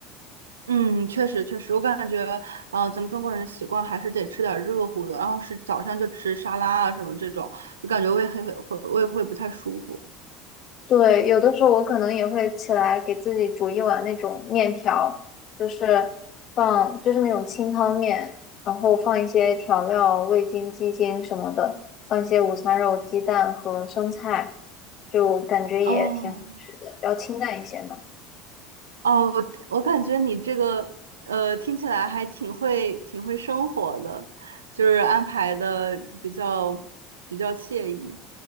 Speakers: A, on the right; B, on the left.
A: 嗯，确实确实，我感觉呃，咱们中国人的习惯还是得吃点热乎的，然后是早上就吃沙拉啊什么这种，就感觉胃会会胃会不太舒服。
B: 对，有的时候我可能也会起来给自己煮一碗那种面条，就是放就是那种清汤面，然后放一些调料、味精、鸡精什么的，放一些午餐肉、鸡蛋和生菜，就感觉也挺好吃的，
A: 哦
B: 比较清淡一些嘛。
A: 哦，我我感觉你这个呃，听起来还挺会挺会生活的，就是安排的比较比较惬意。